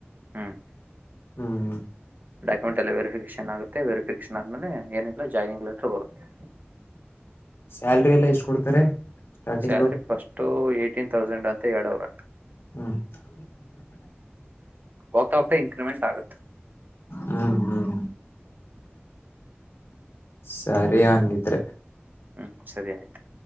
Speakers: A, on the right; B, on the left.
A: ಹ್ಮ್
B: ಹ್ಮ್.
A: ಡಾಕ್ಯುಮೆಂಟ್ ಎಲ್ಲ ವೆರಿಫಿಕೇಶನ್ ಆಗುತ್ತೆ ವೆರಿಫಿಕೇೇಶನ್ ಆದ್ಮೇಲೆ ಏನಿಲ್ಲ ಜಾಯನಿಂಗ್ ಲೆಟರ್ ಬರುತ್ತೆ.
B: ಸ್ಯಾಲ್ರಿ ಎಲ್ಲ ಎಷ್ಟ್ ಕೊಡ್ತಾರೆ. Starting
A: salary first eighteen thousand ಅಂತ ಹೇಳವ್ರ.
B: ಹ್ಮ್ <inaudible>
A: ಹೋಗ್ತವತ ಇನ್ಕ್ರಿಮೆಂಟ್ ಆಗುತ್ತ.
B: ಹ್ಮ್ ಹ್ಮ್. ಸರಿ ಅಂಗಿದ್ರೆ.
A: ಹ್ಮ್ ಸರಿ ಆಯ್ತು.